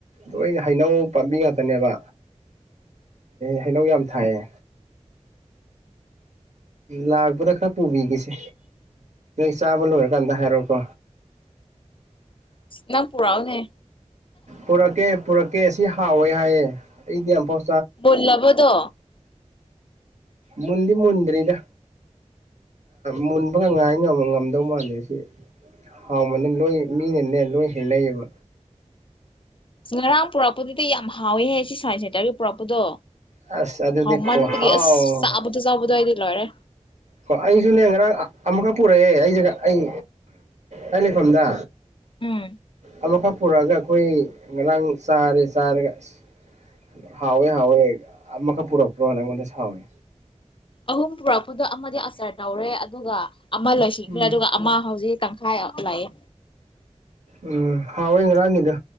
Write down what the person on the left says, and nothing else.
ꯅ ꯄꯨꯔꯥꯛꯑꯣꯅꯦ
ꯣꯜꯂꯕꯣꯗ
ꯉꯔꯥꯡ ꯄꯨꯔꯛꯄꯗꯨꯗꯤ ꯌꯥꯝ ꯍꯥꯎꯋꯦꯍꯦ ꯁꯤ ꯁꯥꯏꯟꯁ ꯁꯦꯟꯇꯔꯒꯤ ꯄꯨꯔꯛꯄꯗꯣ
ꯍꯥꯎ
ꯃꯟꯕꯒꯤ ꯑꯁ ꯆꯥꯕꯗꯣ ꯆꯥꯎꯥꯕꯗꯣ ꯑꯩꯗꯤ ꯂꯣꯏꯔꯦ
ꯎꯝ
ꯑꯍꯨꯝ ꯄꯨꯔꯛꯄꯗꯣ ꯑꯆꯥꯔ ꯇꯧꯔꯦ ꯑꯗꯨꯒ ꯑꯃ ꯂꯣꯏꯁꯤꯟꯈ꯭ꯔꯦ
ꯑꯗꯨꯒ ꯑꯃ ꯍꯧꯖꯤꯛ ꯇꯪꯈꯥꯏ ꯑꯃ ꯂꯩꯥꯏꯌꯦ